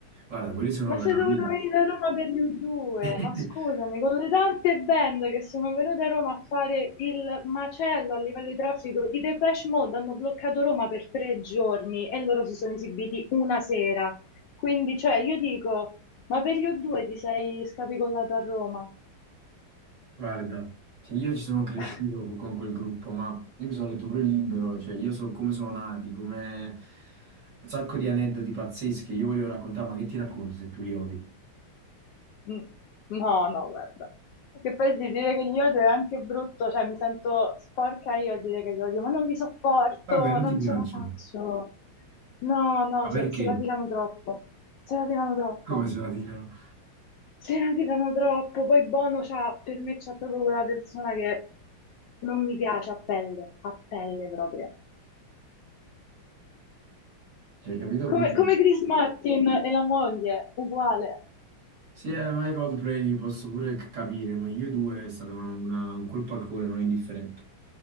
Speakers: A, on the right (about 45°); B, on the left (about 75°).
A: Guarda, quelli sono
B: Ma
A: veramente...
B: sei dovuto venire a Roma per gli U2?
A: <laughs>
B: Ma scusami, con le tante band che sono venute a Roma a fare il macello a livello di traffico, i Depeche Mode hanno bloccato Roma per tre giorni e loro si sono esibiti una sera. Quindi, cioè, io dico, ma per gli U2 ti sei scapicollato a Roma?
A: Guarda, cioè, io ci sono cresciuto
B: <laughs>
A: co- con quel gruppo, ma io mi sono letto pure il libro, cioè io so come sono nati, come un sacco di aneddoti pazzeschi, io volevo raccontare, ma che ti racconto se tu li odi?
B: Mm, No, no, guarda. Che poi sì, dire che li odio è anche brutto, cioè mi sento sporca io a dire che li odio, ma non li sopporto,
A: Vabbè, non
B: non
A: ti piacciono.
B: ce la faccio. No, no,
A: Ma perché?
B: se, se la tirano troppo, se la tirano troppo,
A: Come se la tirano?
B: se la tirano troppo. Poi Bono c'ha, per me c'è proprio quella persona che non mi piace a pelle, a pelle proprio.
A: Cioè, capito?
B: Come,
A: Quel...
B: come Chris Martin e la moglie, uguale.
A: Sì, eh, ma i Coldplay li posso pure c- capire, ma io due è stato una- una- un colpo al cuore non indifferente.